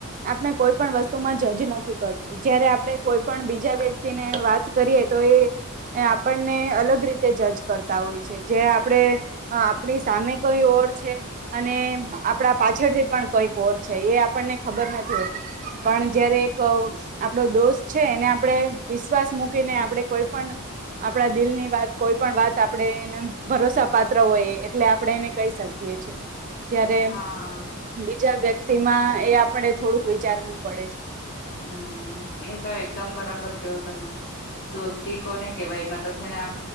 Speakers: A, on the right (about 35°); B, on the left (about 40°).
A: આપણે કોઈ પણ વસ્તુમાં જજ નથી કરતો જયારે આપણે કોઈ પણ બીજા વ્યક્તિને વાત કરીએ તો એ આપણને અલગ રીતે જ જ કરતા હોય. છે જે આપણે આપણી સામે કઈ ઓર છે અને આપણા પાછળથી પણ કઈક ઓર છે. એ આપણને ખબર નથી હોતી, પણ જયારે એક આપણો દોસ્ત છે. એને આપણે વિશ્વાસ મૂકીને આપણે કોઈ પણ આપણા દિલ ની વાત કોઈ પણ વાત તો આપણે એને ભરોસા પાત્ર હોઈ એટલે આપણે એને કહી શકીએ છીએ. જ્યારે
B: હા
A: બીજા વ્યક તીમાં તએ આપણે થોડુંક વિચારવું પડે છે.
B: હમ્મ એ તો એકદમ બરાબર કેવો તમે. દોસ્તી કોને કેવાય મતલબ છે ને આમ